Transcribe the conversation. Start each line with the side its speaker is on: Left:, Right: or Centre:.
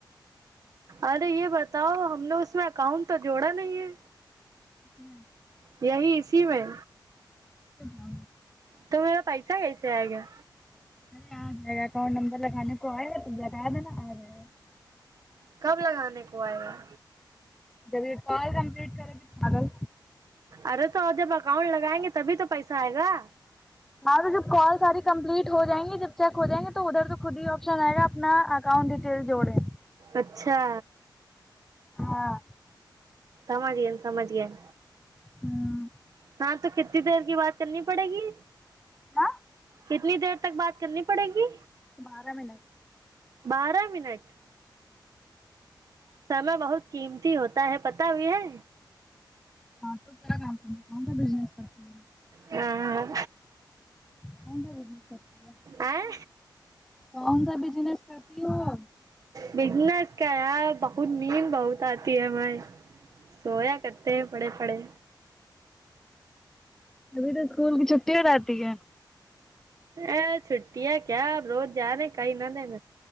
Right: اڑے یہ بتاؤ ہم نے اس میں اکاؤنٹ تو جوڑا نہیں ہے
Centre: کس مے
Right: یہی اسی میں
Centre: اچھا
Right: تو میرا پیسا کیسے ائے گا
Centre: ارے آ جائے گا اکاؤنٹ نمبر لگانے کو آئے گا تم بتا دینا آجاے گا
Right: کب لگانے کو آئے گا
Centre: جب یہ کال کمپٹ کرے گی پاگل
Right: ارے تو جب اکاؤنٹ لگائیں گے تبھی تو پیسہ آئے گا
Centre: ہاں تو جب کال ساری کمپلیٹ ہو جائیں گی جب چیک ہو جیں گے تو ادھر تو خود ہی آپشن آئے گا اپنا ا اکاؤنٹ ڈٹیل جوڑے
Right: اچھا
Centre: ہاں
Right: سمجھھیین سمجیاین
Centre: ہاں
Right: ہاں تو کتنی دیر کی بات کرنی پڑے گی
Centre: ہا
Right: کتنی دیر تک بات کرنی پڑے گی
Centre: بارہ منٹ
Right: بارہ منٹ سمے بہت قیمتی ہوتا ہے پتا بھی ہے
Centre: آپ کو کیا کام ہے کون سا بزنس کرتی ہو
Right: ہاں
Centre: کون سا بزنس کرتی
Right: آے
Centre: ہو کون سا بزنس کرتی ہو
Right: بزنس کیا یار بہت نیند بہت آتی ہے ہمیں سویا کرتے ہیں پڑے پڑے
Centre: جبھی تو اسکول کی چھٹی ہو جاتی ہے
Right: ا چھٹی ہے کیا اب روز جا رہے کیں نہ دین